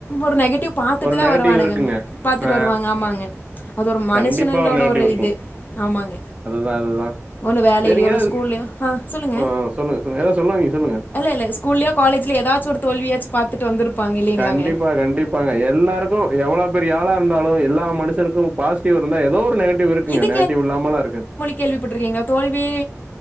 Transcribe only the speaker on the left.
ஒரு நெகட்டிவ் பாத்துட்டு
தான்
வருவானுக
பாத்துட்டு
வருவாங்க ஆமாங்க அது ஒரு மனுஷனுர்களோட
ஒரு
இது ஆமாங்க
ஒன்னு வேலையிலயோ
இல்ல ஸ்கூல்லயோ ஆ சொல்லுங்க
இல்ல இல்ல ஸ்கூல்லயோ காலேஜ்லயோ ஏதாச்சு ஒரு தோவியாச்சு பாத்துட்டு வந்தருப்பாங்க இல்லைங்களாங்க
இது
கேள்விப்பட்டிருக்கீங்க தோல்வியே